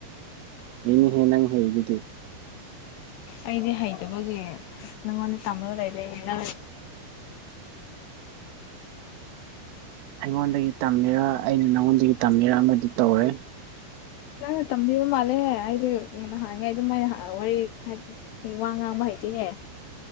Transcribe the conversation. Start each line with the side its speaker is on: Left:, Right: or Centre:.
Right: ꯍꯩꯅꯤ ꯍꯦ ꯅꯪ ꯍꯩꯔꯤꯗꯨꯗꯤ
Left: ꯑꯩꯗꯤ ꯍꯩꯇꯕꯒꯤ ꯅꯪꯉꯣꯟꯗ ꯇꯝꯂ ꯂꯩꯔꯦꯅꯤꯅꯪ
Right: ꯑꯩꯉꯣꯟꯗꯒꯤ ꯇꯝꯃꯤꯔ ꯑꯩꯅ ꯅꯪꯉꯣꯟꯗꯒꯤ ꯇꯝꯃꯤꯔ ꯑꯃꯗꯤ ꯇꯧꯔꯦ
Left: ꯅꯪꯅ ꯇꯝꯕꯤꯕ ꯃꯥꯜꯂꯦꯍꯦ ꯑꯩꯗꯤꯅ ꯅꯍꯥꯡꯉꯥꯏ ꯑꯗꯨꯃꯥꯏꯅ ꯋꯥꯔꯤ ꯍꯥꯏꯕꯗꯤ ꯑꯩ ꯋꯥ ꯉꯥꯡꯕ ꯍꯩꯇꯍꯦ